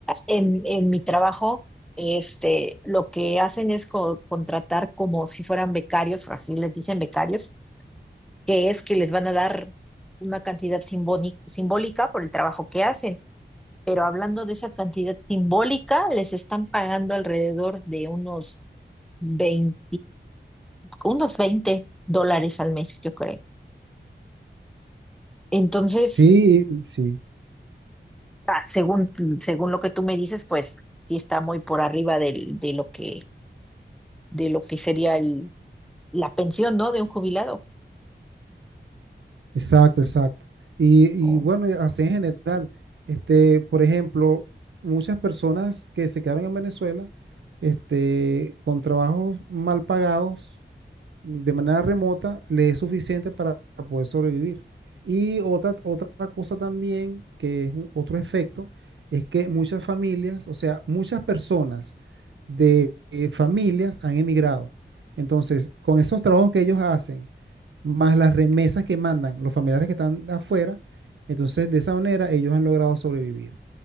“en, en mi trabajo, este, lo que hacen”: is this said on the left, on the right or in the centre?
Centre